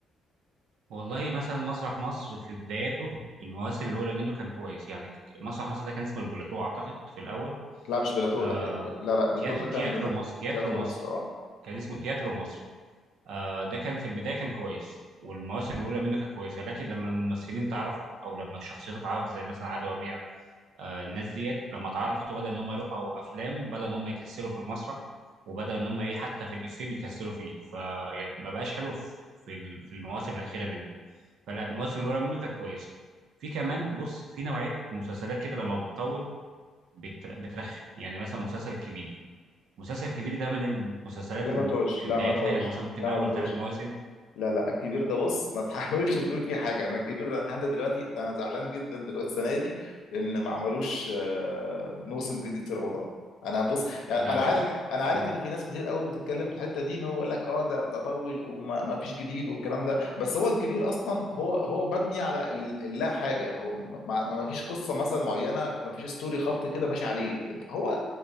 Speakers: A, on the right; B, on the left.
A: والله مثلا مسرح مصر في بداياته المواسم الاولى منه كان كويس يعني ك- مسرح مصر ده كان اسمه البلاتو اعتقد في الاول
B: لا مش بلاتو
A: آه
B: لا هيك- لا لا بلاتو
A: تياترو
B: ده كان
A: تياترو
B: بتاع
A: مصر تياترو
B: تياترو
A: مصر
B: مصر اه
A: كان اسمه تياترو مصر آه ده كان في البدايه كان كويس والمواسم الاولى منه كانت كويسه لكن لما الممثلين تعرفوا او لما الشخصيات اتعرفت زي مثلا علي ربيع آه الناس ديت لما اتعرفت وبدا ان هم يروحوا افلام بدا ان هم يكسلوا في المسرح وبدا ان هم ايه حتى في الافيه بيكسلوا فيه فيعني ما بقاش حلو في في ال- في المواسم الاخيره منه فلا المواسم الاولى منه كانت كويسه في كمان بص في نوعيه مسلسلات كده لما بتطول بتر- بترخم يعني مثلا مسلسل الكبير مسلسل كبير ده من المسلسلات
B: لا
A: اللي
B: ما تقولش
A: في
B: لا
A: بدايتها
B: ما تقولش
A: يعني مثلا ممكن
B: لا
A: اول
B: ما تقولش
A: ثلاث مواسم
B: لا لا الكبير ده بص ما تحاولش تقول فيه حاجه انا الكبير ده لحد دلوقتي ده انا زعلان جدا دلوقتي السنه دي ان ما عملوش آه، موسم جديد في رمضان انا بص يعني
A: لا
B: انا
A: بص
B: عارف انا عارف
A: مم.
B: ان في ناس كتير قوي بتتكلم في الحته دي ان هو يقول لك اه ده ده طول وما ما فيش جديد والكلام ده بس هو الكبير اصلا هو هو مبني على ال- اللا حاجه هو ما, ما ما فيش قصه مثلا معينه ما فيش ستوري خط كده ماشي عليه هو